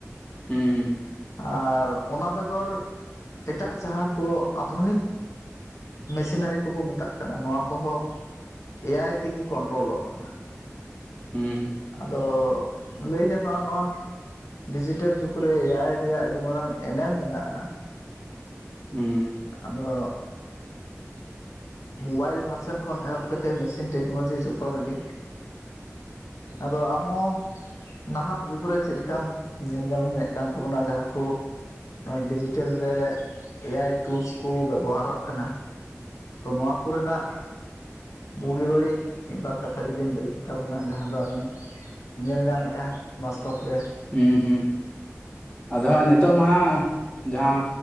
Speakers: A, on the left (about 25°); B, on the left (about 75°).
A: ᱦᱩᱸ ᱦᱩᱸ
B: ᱟᱨ ᱚᱱᱟ ᱵᱮᱜᱚᱨ ᱮᱴᱟᱜ ᱡᱟᱦᱟᱸ ᱠᱚ ᱟᱫᱷᱩᱱᱤᱠ ᱢᱮᱥᱤᱱᱟᱨᱤ ᱠᱚᱵᱚ ᱢᱮᱛᱟᱜ ᱠᱟᱱᱟ ᱱᱚᱣᱟ ᱠᱚᱦᱚᱸ ᱮᱭᱟᱭ ᱛᱮᱜᱮ ᱠᱚᱱᱴᱨᱳᱞᱚᱜ ᱠᱟᱱᱟ ᱾
A: ᱦᱩᱸ
B: ᱟᱫᱚ ᱞᱟᱹᱭ ᱜᱟᱱᱚᱜᱼᱟ ᱱᱚᱣᱟ ᱰᱤᱡᱤᱴᱮᱞ ᱡᱩᱜᱽ ᱨᱮ ᱮᱭ ᱟᱭ ᱨᱮᱭᱟᱜ ᱟᱹᱰᱤ ᱢᱟᱨᱟᱝ ᱮᱱᱮᱢ ᱢᱮᱱᱟᱜᱼᱟ᱾
A: ᱦᱩᱸ
B: ᱟᱫᱚ ᱢᱳᱵᱟᱭᱤᱞ ᱵᱷᱟᱨᱥᱮᱱ ᱠᱷᱚᱱ ᱮᱦᱚᱵ ᱠᱟ ᱠᱟᱛᱮᱮᱫ ᱢᱮᱥᱤᱱ ᱴᱮᱠᱱᱳᱞᱚᱡᱤ ᱡᱚᱛᱚ ᱨᱮᱜᱮ ᱟᱫᱚ ᱟᱢ ᱦᱚᱸᱚᱸ ᱱᱟᱦᱟᱜ ᱡᱩᱜᱽ ᱨᱮ ᱪᱮᱫᱮ ᱞᱮᱠᱟᱢ ᱧᱮᱞ ᱧᱟᱢ ᱧᱮᱫ ᱠᱟᱱ ᱛᱟᱵᱚᱱᱟ ᱡᱟᱦᱟᱸᱠᱩ ᱱᱚᱣᱟ ᱰᱤᱡᱤᱴᱮᱞ ᱨᱮ ᱮ ᱟᱭᱟᱭ ᱴᱩᱞᱥ ᱠᱚ ᱵᱮᱵᱚᱦᱟᱨᱚᱜ ᱠᱟᱱᱟ ᱛᱚ ᱱᱚᱣᱟ ᱠᱚ ᱨᱮᱱᱟᱜ ᱵᱩᱜᱤ ᱵᱟᱹᱲᱤᱡ ᱢᱤᱫᱵᱟᱨ ᱠᱟᱛᱷᱟ ᱡᱩᱫᱤᱢ ᱞᱟᱹᱭ ᱪᱤᱠ ᱛᱟᱵᱚᱱᱟ ᱡᱟᱦᱟᱸ ᱫᱚ ᱟᱢᱮᱢ ᱧᱮᱞ ᱧᱟᱢᱮᱜᱼᱟ ᱵᱟᱥᱛᱚᱵ ᱨᱮ
A: ᱦᱮᱸ ᱦᱩᱸ ᱟᱫᱚ ᱦᱚᱸᱜᱚᱭ ᱱᱤᱛᱚᱜ ᱢᱟ ᱦᱟᱸᱜ ᱡᱟᱦᱟᱸ